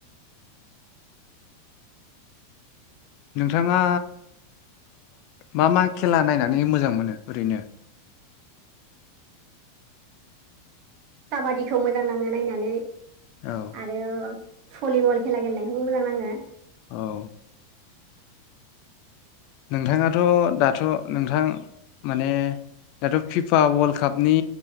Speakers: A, on the left (about 55°); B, on the right (about 50°).
A: नोंथाङा मा मा खेला नायनानै मोजां मोनो ओरैनो
B: काबादिखौ मोजां नाङो नायनानै
A: औ
B: आरो भलिबल खेला गेलेनायखौबो मोजां नाङो।
A: औ नोंथाङाथ' दाथ' नोंथां माने दाथ' फिफा वर्ल्ड कापनि